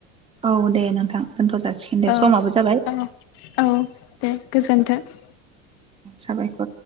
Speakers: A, on the right; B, on the left.
A: औ दे नोंथां। दोनथ' जासिगोन दे
B: औ
A: समाबो जाबाय
B: औ औ दे गोजोन्थों। <inaudible>
A: साबायखर